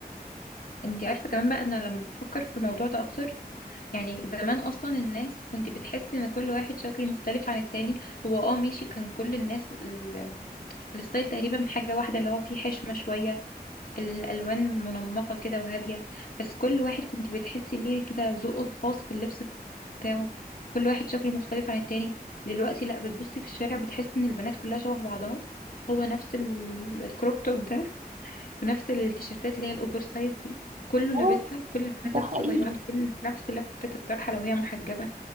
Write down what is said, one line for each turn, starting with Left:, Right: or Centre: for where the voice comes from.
Left: انتي عارفة كمان بقى انا لما بفكر في الموضوع ده اكتر يعني زمان اصلا الناس كنت بتحس ان كل واحد شكله مختلف عن التاني هو اه ماشي كان كل الناس ال... الستايل تقريبا حاجة واحدة اللي هو فيه حشمة شوية الألوان منمقة كده وهادية بس كل واحد كنت بتحسي ليه كده ذوقه الخاص في اللبس بتاعه كل واحد شكله مختلف عن التاني دلوقتي لا بتبصي في الشارع بتحسي ان البنات كلها شبه بعضها هو نفس ال- الكروب توب ده ونفس التيشيرتات اللي هي الأوفر سايز دي كله لابسها
Right: آه.
Left: كل البنات
Right: ده
Left: لابسة
Right: حقيقي
Left: زي بعض كل نفس لفة الطرحة لو هي محجبة